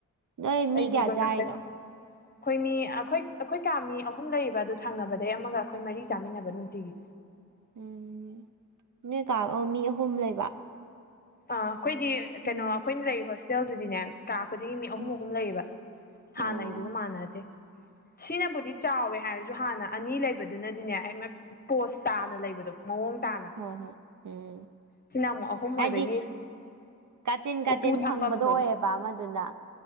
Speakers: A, on the right (about 70°); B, on the left (about 30°).
A: ꯅꯣꯏ ꯃꯤ
B: ꯑꯩꯗꯤꯕ
A: ꯀꯌꯥ ꯆꯥꯔꯤꯅꯣ
B: ꯉꯥꯛꯇꯪ ꯈꯣꯏ ꯃꯤ ꯑꯈꯣꯏ ꯑꯈꯣꯏ ꯀꯥ ꯃꯤ ꯑꯍꯨꯝ ꯂꯩꯌꯦꯕ ꯑꯗꯨ ꯊꯪꯅꯕꯗꯩ ꯑꯃꯥꯒ ꯑꯩꯈꯣꯏ ꯃꯔꯤ ꯆꯥꯃꯤꯟꯅꯕ ꯅꯨꯡꯇꯤꯒꯤ
A: ꯎꯝ ꯅꯣꯏ ꯀꯥ ꯑ‌ꯣ ꯃꯤ ꯑꯍꯨꯝ ꯂꯩꯕ
B: ꯑ ꯈꯣꯏꯗꯤ
A: ꯎꯝ
B: ꯀꯩꯅꯣ ꯑꯈꯣꯏꯅ ꯂꯩꯔꯤ ꯍꯣꯁꯇꯦꯜ ꯗꯨꯗꯤꯅꯦ ꯀꯥ ꯈꯨꯗꯤꯡꯒꯤ ꯃꯤ ꯑꯍꯨꯝ
A: ꯎꯝ
B: ꯑꯍꯨꯝ ꯂꯩꯌꯦꯕ
A: ꯑꯣ
B: ꯍꯥꯟ ꯅꯩꯗꯨꯒ ꯃꯥꯟꯅꯗꯦ ꯁꯤꯅꯕꯨꯗꯤ ꯆꯥꯎꯋꯦ ꯍꯥꯏꯔꯁꯨ ꯑꯗꯨꯨ ꯍꯥꯟꯅ ꯑꯅꯤ ꯂꯩꯕꯗꯨꯅꯗꯤꯅꯦ ꯑꯩꯅ ꯄꯣꯁ ꯇꯥꯅ ꯂꯩꯕꯗꯣ ꯃꯑꯣꯡ ꯇꯥꯅ
A: ꯍꯣꯏ ꯍꯣꯏ ꯎꯝ
B: ꯏꯆꯤꯟ ꯏꯅꯥꯎ ꯑꯃꯨꯛ ꯑꯍꯨꯝ ꯑꯣꯏꯕꯒꯤ
A: ꯍꯥꯏꯗꯤ ꯀꯥꯆꯤꯟ
B: ꯎꯄꯨ
A: ꯀꯥꯆꯤꯟ
B: ꯊꯝꯐꯝꯗꯣ
A: ꯐꯪꯕꯗꯣ ꯑꯣꯏꯌꯦꯕ ꯑꯃꯗꯨꯅ